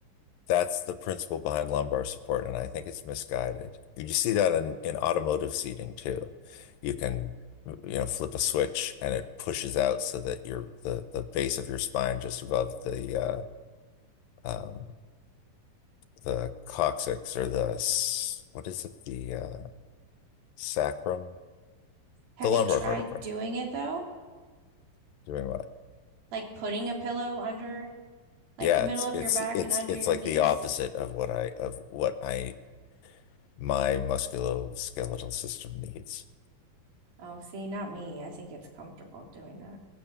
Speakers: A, on the left; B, on the right.
A: That's the principle behind lumbar support, and I think it's misguided. You see that in, in automotive seating too. You can, you know, flip a switch and it pushes out so that your the the base of your spine just above the uh, um, the coccyx or the s- what is it the uh, sacrum,
B: Have
A: the lumbar
B: you tried
A: vertebrae.
B: doing it though?
A: Doing what?
B: Like putting a pillow under like
A: Yeah,
B: the middle
A: it's
B: of
A: it's
B: your back
A: it's
B: and under
A: it's
B: your
A: like
B: knees?
A: the opposite of what I of what I my musculoskeletal system needs.
B: Oh, see, not me. I think it's comfortable doing that.